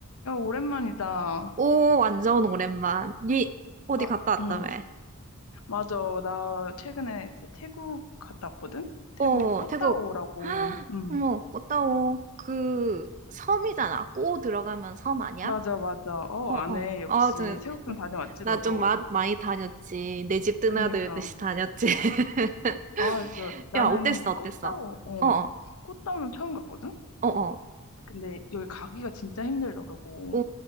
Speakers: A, on the left (about 70°); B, on the right (about 35°).
A: 야, 오랜만이다.
B: 오, 완전 오랜만. 니 어디
A: 아,
B: 갔다 왔다며?
A: 응. 맞아. 나 최근에 이제 태국 갔다 왔거든? 태국
B: 어,
A: 꽃다오라고.
B: 태국. 헉,
A: 응.
B: 어머, 꽃다오. 그 섬이잖아. 꼬 들어가면 섬 아니야?
A: 맞아, 맞아. 어,
B: 어, 어.
A: 아네. 역시.
B: 아, 저,
A: 태국 좀 다녀왔지,
B: 나
A: 너도.
B: 좀 많이 다녔지. 내 집 드나들듯이
A: 그니까.
B: 다녔지. <laughs>
A: 아, 그, 나는
B: 야, 어땠어,
A: 꽃다오,
B: 어땠어?
A: 어.
B: 어, 어,
A: 꽃다오는 처음 갔거든?
B: 어, 어.
A: 근데 여기 가기가 진짜 힘들더라고.
B: 오,